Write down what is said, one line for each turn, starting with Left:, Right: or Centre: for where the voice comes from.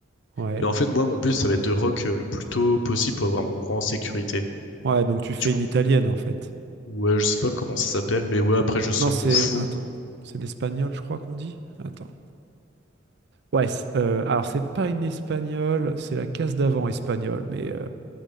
Right: ouais.
Left: Et en fait, moi, mon but, ça va être de rock euh, le plus tôt possible pour avoir mon roi en sécurité.
Right: Ouais, donc tu fais
Left: Du coup,
Right: une italienne en fait.
Left: ouais, je sais pas comment ça s'appelle, mais ouais, après, je sors
Right: Non, c'est...
Left: mon fou.
Right: Attends, c'est l'espagnol, je crois qu'on dit. Attends. Ouais, c'est- euh, alors c'est pas une espagnole, c'est la case d'avant espagnole, mais euh,